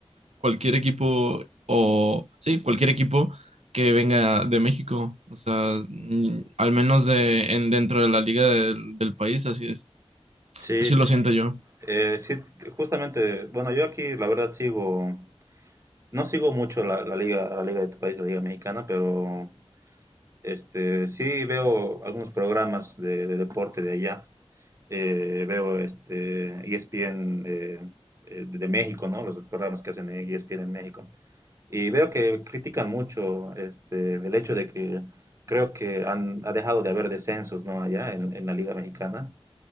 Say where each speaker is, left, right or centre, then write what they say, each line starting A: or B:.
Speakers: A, on the right (about 85°); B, on the right (about 30°).
A: cualquier equipo o sí, cualquier equipo que venga de México, o sea, mm, al menos de en dentro de la liga del, del país, así es,
B: Sí,
A: así lo siento yo.
B: Eh, sí, justamente, bueno, yo aquí la verdad sigo, no sigo mucho la, la liga, la liga de tu país, la liga mexicana, pero este, sí veo algunos programas de, de deporte de allá. Eh, veo este ESPN eh, eh, de México, ¿no? Los programas que hacen en ESPN en México. Y veo que critican mucho este, el hecho de que creo que han, ha dejado de haber descensos, ¿no? Allá en, en la Liga Mexicana.